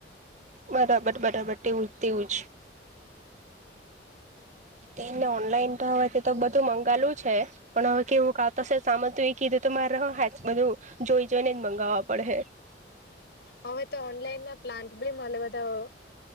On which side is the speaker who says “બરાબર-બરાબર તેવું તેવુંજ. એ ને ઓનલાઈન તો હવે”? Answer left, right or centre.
Right